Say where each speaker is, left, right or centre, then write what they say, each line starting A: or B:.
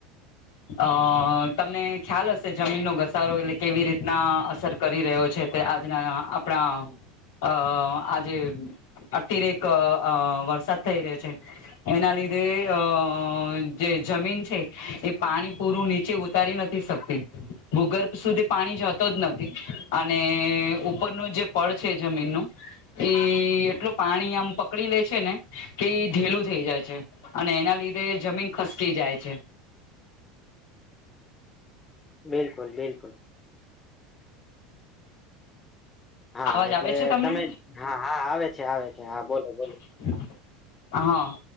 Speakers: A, on the left; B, on the left.
A: અ.., તમને ખ્યાલ હશે જમીનનો ઘસારો એટલે કેવી રીતના અસર કરી રહ્યો છે, તે આજના આપણા અ, આજે અતિરેક, અ.. વરસાદ થઈ રહ્યો છે. એના લીધે અ.... જે છે, એ પાણી પૂરું નીચે ઉતારી નથી શકતી. ભૂગર્ભ સુધી પાણી જતો જ નથી અને ઉપરનું જે પળ છે જમીનનું એ, એટલું પાણી આમ પકડી લે છે ને કે ઢીલું થઈ જાય છે અને એના લીધે જમીન ખસકી જાય છે.
B: બિલકુલ-બિલકુલ હા,
A: અવાજ આવે
B: એટલે
A: છે તમને
B: તમે હા-હા આવે છે, આવે છે હા, બોલો-બોલો?
A: <inaudible> હા,